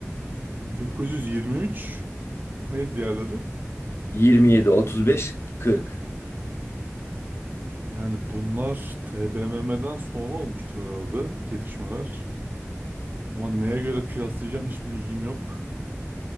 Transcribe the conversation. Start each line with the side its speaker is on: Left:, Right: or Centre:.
Right: 1923 neydi diğerleri?
Left: 27, 35, 40.
Right: Yani bunlar TBMM'den sonra olmuştur herhalde gelişmeler. Ama neye göre kıyaslayacağım hiçbir bilgim yok.